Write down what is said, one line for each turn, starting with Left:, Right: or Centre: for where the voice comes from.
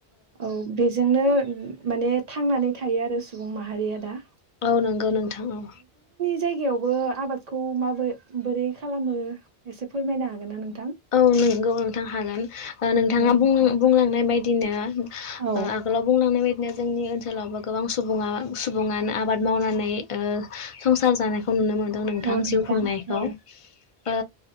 Right: औ बेजोंनो माने थांनानै थायो आरो सुबुं माहारिया दा ।
Left: औ नंगौ नोंथां औ।
Right: जायगायावबो आबादखौ माबै बोरै खालामो एसे फोरमायनो हागोन ना नों
Left: औ नंगौ नोंथां हागोन नोंथाङा
Right: दे नोंथां
Left: बुं बुंलांनाय बायदिनो
Right: औ
Left: आगोलाव बुंलांनाय बायदि दिनो जोंनि ओनसोलावबो गोबां सुबुं सुबुङानो आबाद मावनानै ओ संसार जानाय खौ नुनो मोनदों नोंथां
Right: औ
Left: जिउ खुंनायखौ
Right: औ
Left: ओ‌